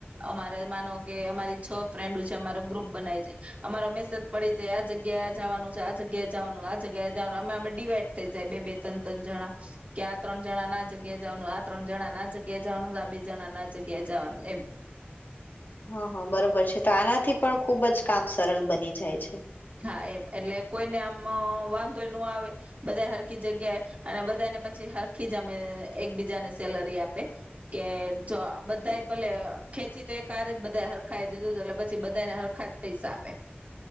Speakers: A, on the right; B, on the left.
A: અમારે માનો કે અમારી છ ફ્રેન્ડો છે, અમારો ગ્રુપ બનાવી જાય. અમારો મેસેજ પડી જાય આ જગ્યાએ જવાનું છે, આ જગ્યાએ જવાનું આ જગ્યા જવાનું અમે અ ડિવાઈડ થઇ જાય બે બે ત્રણ ત્રણ જણા. કે આ ત્રણ જણા ના આ જગ્યા જવાનું, આ ત્રણ જણા ના આ જગ્યા જવાનું, આ બે જણા ના આ જગ્યા જવાનું એમ.
B: હા હા! બરોબર છે, તો આનાથી પણ ખુબ જ કામ સરળ બની જાય છે.
A: હા એમ એટલે કોઈને આમ વાંધોય ન આવે, બધા હરખી જગ્યાએ અને બધાને પછી હરખી જ અમે એક બીજાને સેલરી આપે, કે જો બધા ભલે ખેંચી તો એકહારે જ બધા હરખાઈ દીધું. એટલે પછી બધાને હરખા જ પૈસા આપે.